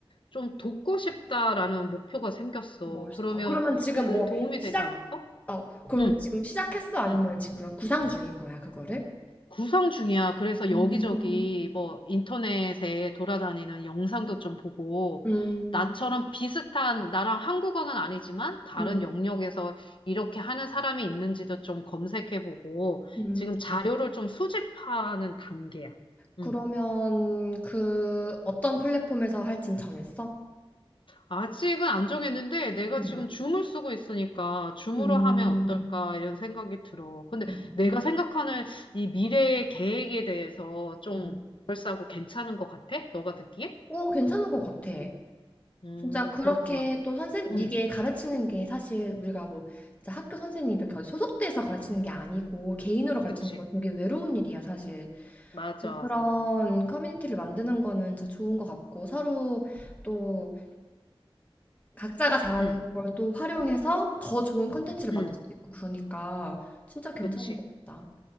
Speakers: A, on the left; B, on the left.
A: 좀 돕고 싶다라는 목표가 생겼어.
B: 멋있다.
A: 그러면
B: 그러면 지금
A: 큰
B: 뭐
A: 도움이
B: 시작,
A: 되지 않을까?
B: 어, 그럼
A: 응.
B: 지금 시작했어? 아니면
A: 응.
B: 지금 그런 구상 중인 거야, 그거를?
A: 구상 중이야. 그래서
B: 음,
A: 여기저기 뭐 인터넷에 돌아다니는 영상도 좀 보고,
B: 음,
A: 나처럼 비슷한, 나랑 한국어는 아니지만 다른
B: 음.
A: 영역에서 이렇게 하는 사람이 있는지도 좀 검색해보고,
B: 음.
A: 지금 자료를 좀 수집하는 단계야.
B: 그러면
A: 음.
B: 그 어떤 플랫폼에서 할진 정했어?
A: 아직은 안 정했는데, 내가
B: 응.
A: 지금 줌을 쓰고 있으니까, 줌으로
B: 음,
A: 하면 어떨까, 이런 생각이 들어. 근데
B: 음,
A: 내가 생각하는 이 미래의 계획에 대해서 좀
B: 음.
A: 그럴싸하고 괜찮은 것 같아? 너가 듣기에?
B: 오, 괜찮은 것 같아.
A: 음,
B: 진짜 그렇게
A: 그렇구나.
B: 또 선생
A: 응,
B: 이게 가르치는 게 사실 우리가 뭐 진짜 학교 선생님 이렇게 어디 소속돼서 가르치는 게 아니고 개인으로 가르치는
A: 그치.
B: 건 되게 외로운 일이야 사실.
A: 맞아.
B: 그래서 그런 커뮤니티를 만드는 거는 진짜 좋은 것 같고 서로 또 각자가 잘하는
A: 응,
B: 걸 또 활용해서 더 좋은 컨텐츠를 만들
A: 응,
B: 수도 있고 그러니까 진짜 괜찮은
A: 그치.
B: 것 같다.